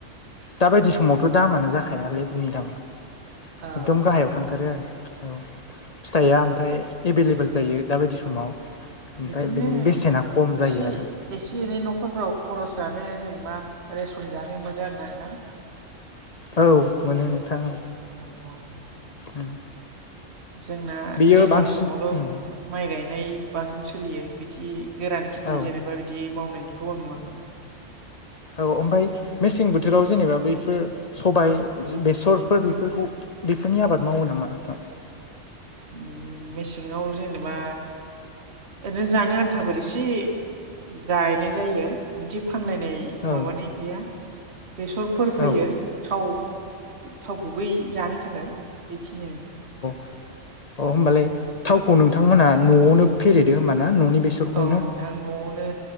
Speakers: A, on the left; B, on the right.
A: दा बायदि समावथ' दामानो जाखाया लेबुनि दामा
B: औ
A: एकदम गाहायाव थांथारो आरो औ फिथाइया ओमफ्राय एभेलेबेल जायो दा बायदि समाव ओमफफ्राय
B: बिदिनो
A: बिनि बेसेना खम
B: एसे
A: जायो आरो
B: एसे एनै न'खरफोराव खरस जानो जेनेबा रेसन जानो मोनो आरो ना नोंथां
A: औ मोनो औ
B: औ औ
A: उम
B: जोंना
A: बेयो
B: दैज्लां
A: बांसिन
B: समावल'
A: उम
B: माइ गायनाय बसिन सोलियो बिदि गोरान खेथि
A: औ
B: जेनेबा बिदि मावनायखौ आं नुवाखै
A: औ ओमफाय मेसें बोथोराव जेनेबा बैफोर सबाय बेसरफोर बेफोरखौ बेफोरनि आबाद मावो नामा नोंथां?
B: उम‌ मेसेङाव जेनेबा ओरैनो जानो आन्थाफोर इसे गायनाय जायो बिदि फानलायनाय
A: औ
B: माबानाय गैया बेसरफोर फोयो
A: औ
B: थाव थाव गुबै जानो थाखाय बेखि- नियानो
A: अ होमबालाय थावखौ नोंथांमोना न'आवनो फेरेदो होमबा ना न'नि बेसरखौनो
B: औ नोंथां न'आवनो